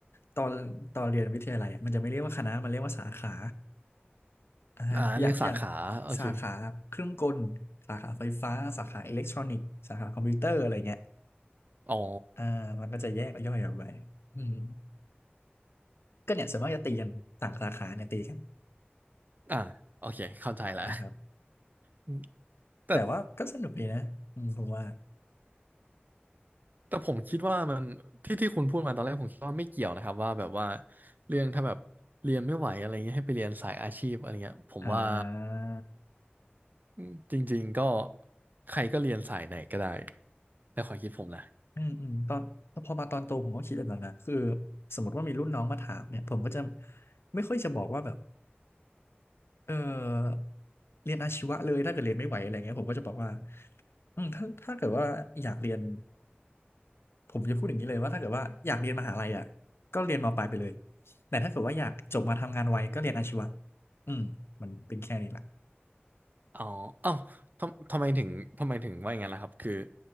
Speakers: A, on the left; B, on the right.
A: ตอนตอนเรียนวิทยาลัยอะมันจะไม่เรียกว่าคณะมันเรียกว่าสาขาอ่าฮะอย่างอย่าง
B: อ่าเรียกสาขาโอเค
A: สาขาเครื่องกลสาขาไฟฟ้าสาขาอิเล็กทรอนิกส์สาขาคอมพิวเตอร์อะไรเงี้ย
B: อ๋อ
A: อ่ามันก็จะแยกย่อยออกไปอืมก็เนี่ยส่วนมากจะตีกันต่างสาขาเนี่ยตีกัน
B: อ่าโอเคเข้าใจละ
A: นะครับ
B: อืมแต่
A: แต่ว่าก็สนุกดีนะอืมผมว่า
B: แต่ผมคิดว่ามันที่ที่คุณพูดมาตอนแรกผมคิดว่าไม่เกี่ยวนะครับว่าแบบว่าเรื่องถ้าแบบเรียนไม่ไหวอะไรเงี้ยให้ไปเรียนสายอาชีพอะไรเงี้ยผมว่า
A: อ่า
B: อืมจริงๆก็ใครก็เรียนสายไหนก็ได้ในความคิดผมนะ
A: อืมอืมตอนพอมาตอนโตผมก็คิดแบบนั้นนะคือสมมติว่ามีรุ่นน้องมาถามเนี่ยผมก็จะไม่ค่อยจะบอกว่าแบบ เออเรียนอาชีวะเลยถ้าเกิดเรียนไม่ไหวอะไรเงี้ยผมก็จะบอกว่าอืมถ้าถ้าเกิดว่าอยากเรียนผมจะพูดอย่างนี้เลยว่าถ้าเกิดว่าอยากเรียนมหาลัยอ่ะก็เรียนมปลายไปเลยแต่ถ้าเกิดว่าอยากจบมาทำงานไวก็เรียนอาชีวะอืมมันเป็นแค่นี้แหละ
B: อ๋อเอ้าทำทำไมถึงทำไมถึงว่าอย่างนั้นล่ะครับคือ